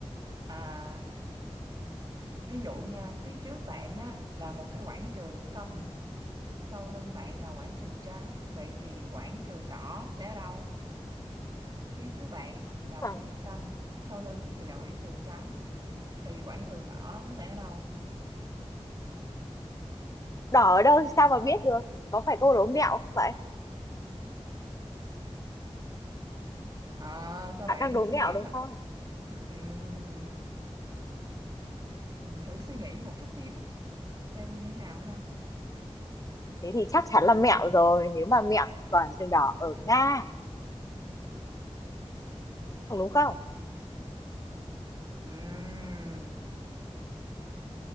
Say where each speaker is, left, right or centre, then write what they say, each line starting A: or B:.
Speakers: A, on the right; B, on the left.
A: À, ví dụ nha, phía trước bạn á là một cái quảng trường xanh, sau lưng bạn là quảng trường trắng, vậy thì quảng trường đỏ sẽ ở đâu? Phía trước bạn là quảng
B: à,
A: trường xanh, sau lưng thì là quảng trường trắng, thì quảng trường đỏ nó sẽ ở đâu?
B: đỏ ở đâu thì sao mà biết được có phải câu đố mẹo không vậy
A: À, sao
B: bạn
A: bạn
B: đang đố
A: suy
B: mẹo
A: nghĩ
B: đúng
A: thật?
B: không
A: Ừm, mình thử suy nghĩ một chút xíu xem như thế nào ha.
B: thế thì chắc chắn là mẹo rồi nếu mà mẹo toàn trường đỏ ở Nga đúng không
A: Ừm.